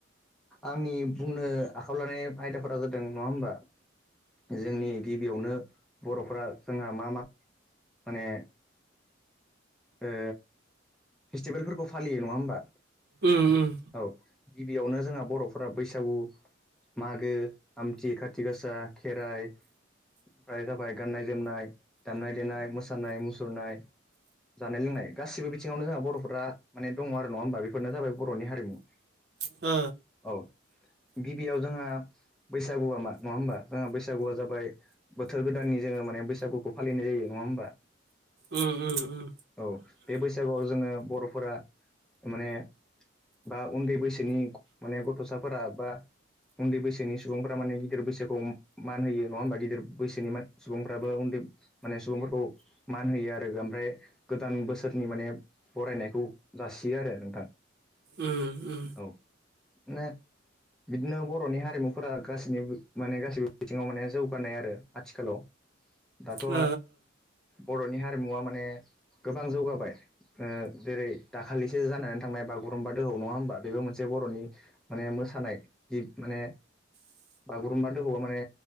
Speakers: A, in the centre; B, on the right.
A: आंनि बुंनो आखायाव लानाय आयदाफोरा जादों नङा होमबा जोंनि गिबियावनो बर'फ्रा जोंहा मा मा माने ओ फेस्टिभेलफोरखौ फालियो नङा होमबा
B: उम उम
A: औ गिबियावनो जोंहा बर'फोरा बैसागु मागो आमथि खाथि गासा खेराइ ओमफ्राय जाबाय गाननाय जोमनाय दामनाय देनाय मोसानाय मुसुरनाय जानाय लोंनाय गासिबो बिथिङावनो जोंहा बर'फोरा माने दङ आरो नङा होमबा बेफोरनो जाबाय बर'नि हारिमु <inaudible>
B: ओ
A: औ गिबियाव जोंहा बैसागुआ मा नङा होमबा जोंहा बैसागुआ जाबाय बोथोर गोदान जोङो माने बैसागुखौ फालिनाय जायो नङा होमबा
B: ओ ओ ओ
A: औ बे बैसागुआव जोङो बर'फोरा माने बा उन्दै बैसा बिनि माने गथ'साफोरा बा उन्दै बैसोनि सुबुंफ्रा माने गिदिर बैसोखौ मान होयो नङा होमबा गिदिर बैसोनि सुबुंफ्राबो उन्दै माने सुबुंफोरखौ मान होयो आरो ओमफ्राय गोदान बोसोरनि माने बरायनायखौ जासियो आरो नोंथां
B: उम उम
A: औ माने बिदिनो बर'नि हारिमुफोरा गासैनिबो माने गासिबो बिथिङाव माने जौगानाय आरो आथिखालाव दाथ'
B: ओ
A: बर'नि हारिमुवा माने गोबां जौगाबाय ओ जेरै दाखालिसो जानानै थांनाय बागुरुम्बा दोहौ नङा होमबा बेबो मोनसे बर'नि माने मोसानाय जि माने बागुरुम्बा दोहौआ माने